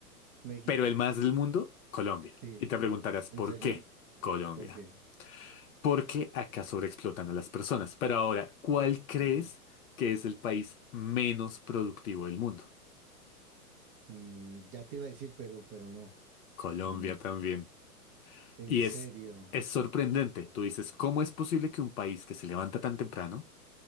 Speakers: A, on the right; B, on the left.
A: México.
B: Pero el más del mundo, Colombia.
A: Sí.
B: Y te preguntarás, ¿por
A: ¿En serio?
B: qué Colombia?
A: ¿Por qué?
B: Porque acá sobreexplotan a las personas. Pero ahora, ¿cuál crees
A: Ujú.
B: que es el país menos productivo del mundo?
A: Mm, ya te iba a decir, pero, pero no.
B: Colombia
A: Mm,
B: también.
A: en
B: Y
A: serio.
B: es, es sorprendente. Tú dices, ¿cómo es posible que un país que se levanta tan temprano,